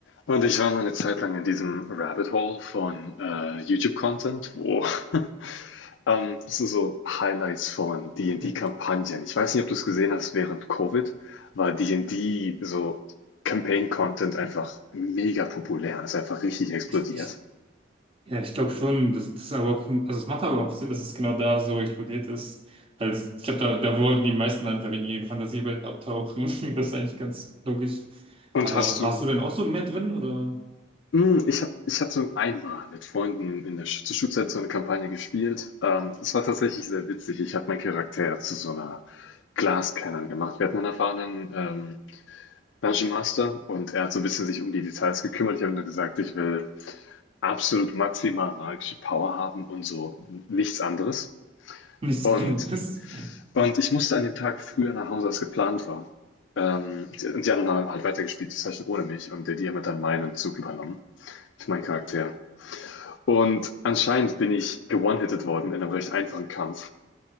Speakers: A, on the left; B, on the right.
A: Und ich war mal eine Zeit lang in diesem Rabbit Hole von äh, YouTube-Content, wo <laughs> ähm, das sind so Highlights von D&D-Kampagnen.
B: Ja,
A: Ich weiß nicht, ob du es gesehen hast, während Covid war D&D so Campaign-Content einfach mega populär. Das ist einfach richtig explodiert.
B: ich, ich, ja, ich glaube schon, das, das ist aber auch, also es macht aber auch Sinn, dass es genau da so explodiert ist. Also ich glaube, da, da wollten die meisten einfach in ihre Fantasiewelt abtauchen. <laughs> Das ist eigentlich ganz logisch.
A: Und
B: Aber
A: hast du,
B: warst du denn auch so mehr drin oder
A: Hm, ich habe ich hab so einmal mit Freunden in der Sch zur Schulzeit so eine Kampagne gespielt. Ähm, es war tatsächlich sehr witzig. Ich habe meinen Charakter zu so einer Glascannon gemacht. Wir hatten einen erfahrenen ähm, Dungeon-Master und er hat so ein bisschen sich um die Details gekümmert. Ich habe nur gesagt, ich will absolut maximal magische Power haben und so nichts anderes.
B: nichts
A: Und,
B: anderes?
A: und ich musste an dem Tag früher nach Hause, als geplant war. Ähm, und die anderen haben halt weitergespielt, die Session ohne mich und der DM hat dann meinen Zug übernommen für meinen Charakter. Und anscheinend bin ich gewone-hitted worden in einem recht einfachen Kampf.